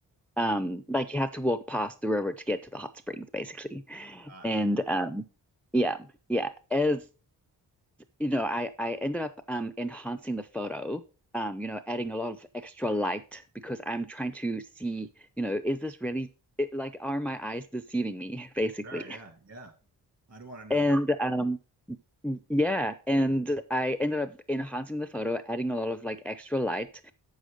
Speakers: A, in the centre; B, on the right.
A: Um, like you have to walk past the river to get to the hot springs, basically.
B: Got
A: And
B: it.
A: um yeah, yeah. As you know, I I ended up um enhancing the photo, um, you know, adding a lot of extra light because I'm trying to see, you know, is this really it, like are my eyes deceiving me, <laughs> basically?
B: Sure. Yeah. Yeah. I'd want to know.
A: And um yeah, and I ended up enhancing the photo, adding a lot of like extra light,